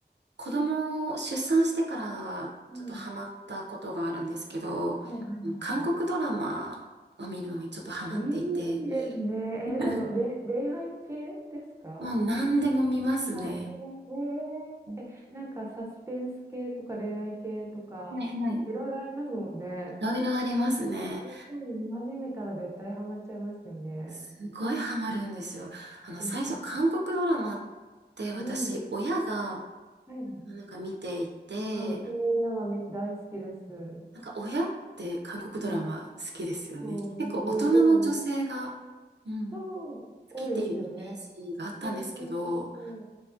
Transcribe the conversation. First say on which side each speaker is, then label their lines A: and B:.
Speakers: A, on the right; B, on the right.
A: 子供を出産してから、
B: うん
A: ちょっとハマったことがあるんですけど、
B: はいはいはいはい。
A: 韓国ドラマを見るのにちょっとハマっていて、
B: いいですね。
A: <laughs>
B: え、あの、れ、恋愛系ですか
A: もう何でも見ますね。
B: あ、なんでも。
A: うん
B: へえ。え、なんかサスペンス系とか恋愛系とか、
A: はいはい。い
B: いろいろありますもんね。
A: ろいろありますね。
B: ね、しかも見始めたら絶対ハマっちゃいますよね。
A: すごいハマるんですよ。あの、
B: ですね。
A: 最初、韓国ドラマって私、
B: うん。は
A: 親が、
B: いはい。
A: なんか見ていて、
B: あ、うちの親がみ大好きです。
A: なんか親って韓国ドラマ好きですよね。
B: うん、そう、
A: 結構大人の女性が、
B: すごい見て
A: うん、
B: そう、
A: 好きっていうイメージがあったんですけど、
B: 多いですよね。そうそうそうそ